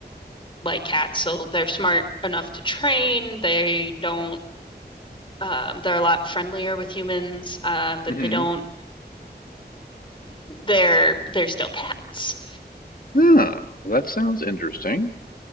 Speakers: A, on the left (about 30°); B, on the left (about 55°).
A: like cats. So they're smart enough to train. They don't. Um, they're a lot friendlier with humans, uh, but
B: Mm-hmm.
A: they don't. They're they're still cats.
B: Oh, well, that sounds interesting.